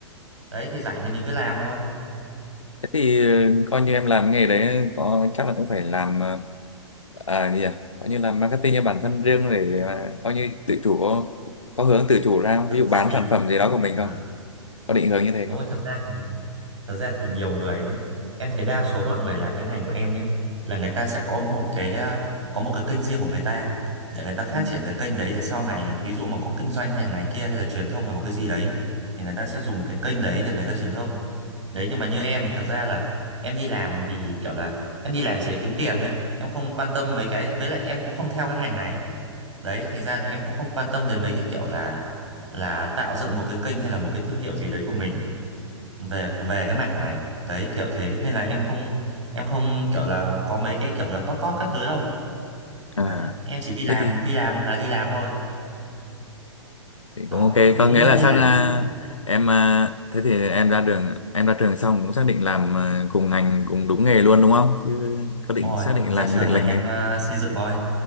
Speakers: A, on the right (about 75°); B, on the left (about 85°).
A: đấy thì rảnh thì mình cứ làm thôi
B: thế thì ờ, coi như em làm nghề đấy có chắc là cũng phải làm ờ, à gì à coi như là marketing cho bản thân riêng để à, coi như tự chủ có, có hướng tự chủ ra không?
A: thật
B: ví dụ
A: ra
B: bán
A: thì
B: sản phẩm gì đó của mình
A: ừ.
B: không có định hướng như thế
A: đúng
B: không
A: rồi thật ra thì thật ra thì nhiều người nhé em thấy đa số mọi người làm cái ngành của em nhé là người ta sẽ có một cái à, có một cái kênh riêng của người ta để người ta phát
B: ừ.
A: triển cái kênh đấy để sau này thí dụ mà có kinh doanh hay là này kia hay là truyền thông về một cái gì đấy thì người ta sẽ dùng cái kênh đấy để người ta truyền thông đấy nhưng mà như em thì thật ra là em đi làm vì kiểu là em đi làm chỉ để kiếm tiền thôi em không quan tâm mấy cái với lại em cũng không theo cái ngành này đấy thành ra là em cũng không quan tâm đến mấy cái kiểu là là tạo dựng một cái kênh hay là một cái thương hiệu gì đấy của mình về về cái mạng này đấy kiểu thế nên là em không em không kiểu là có mấy cái kiểu là top top các thứ đâu
B: À,
A: đấy em chỉ đi làm
B: thế thì,
A: đi làm là đi làm thôi
B: thì
A: đó
B: cũng ok.
A: đúng
B: Có nghĩa
A: nghĩa
B: là
A: đi
B: sang
A: làm
B: à, em à, thế thì em ra đường em ra trường xong cũng xác định làm à, cùng ngành cùng đúng nghề luôn đúng không? Chứ có định
A: đúng rồi
B: xác định
A: ra
B: làm
A: trường
B: lệch
A: là
B: lệch
A: em
B: nghề không?
A: ờ, xây dựng thôi